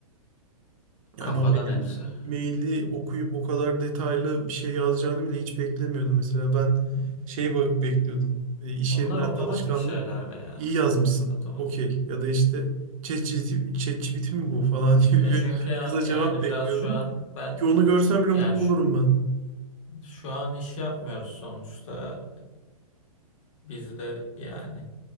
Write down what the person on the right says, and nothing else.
Yani
o benim
maili
okuyup o kadar detaylı bir şey yazacağını bile hiç beklemiyordum. Mesela ben
şey ba- bekliyordum. E, iş
yerinden
de alışkanlık.
İyi yazmışsın.
Okey.
Ya da işte ChatGPT ChatGPT mi bu falan <laughs> gibi
bir
kısa cevap
bekliyordum.
Ki onu görsem bile
mutlu
olurum ben.